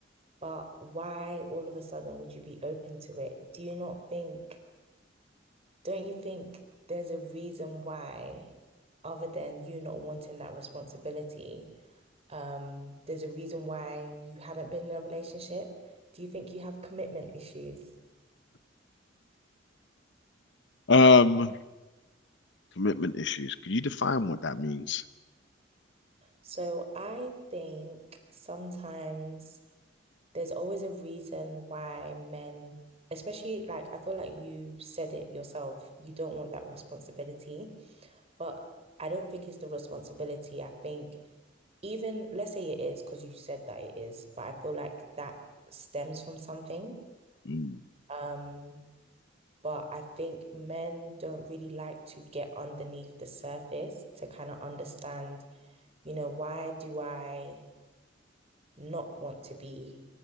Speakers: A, on the right (about 35°); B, on the left (about 65°).
A: but why all of a sudden would you be open to it? Do you not think, don't you think there's a reason why, other than you not wanting that responsibility, um, there's a reason why you haven't been in a relationship? Do you think you have commitment issues?
B: Um, commitment issues. Could you define what that means?
A: So I think sometimes there's always a reason why men, especially like I feel like you said it yourself, you don't want that responsibility, but I don't think it's the responsibility. I think even let's say it is because you said that it is, but I feel like that stems from something.
B: Mm,
A: Um, but I think men don't really like to get underneath the surface to kind of understand, you know, why do I not want to be?